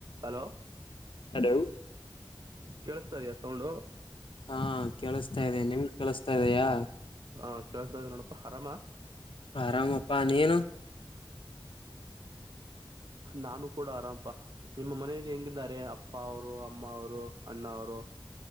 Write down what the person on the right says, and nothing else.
hello
ಕೇಳಸ್ತ ಇದಯ sound
ಹಾ ಕೇಳಸದ ನೋಡಪಾ ಆರಾಮ
ನಾನು ಕೂಡ ಆರಾಮಪ ನಿಮ್ಮ ಮನೆಯಲ್ಲಿ ಹೆಂಗಿದ್ದಾರೆ ಅಪ್ಪ ಅವರು ಅಮ್ಮ ಅವರು ಅಣ್ಣ ಅವರು